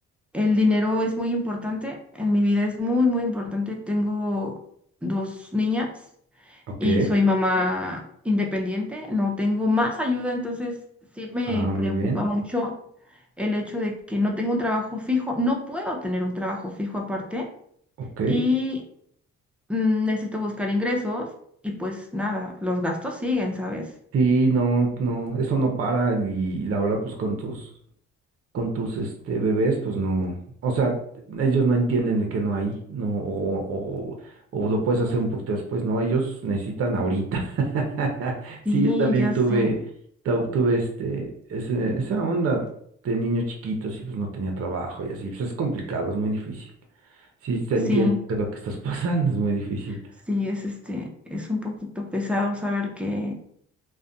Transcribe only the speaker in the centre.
el dinero es muy importante, en mi vida es muy, muy importante. Tengo dos niñas
y soy mamá independiente, no tengo más ayuda, entonces sí me
preocupa
mucho el hecho de que no tengo un trabajo fijo, no puedo tener un trabajo fijo aparte
y mm, necesito buscar ingresos y pues nada, los gastos siguen, ¿sabes?
Sí,
ya
sé,
sí,
sí, es este, es un poquito pesado saber que,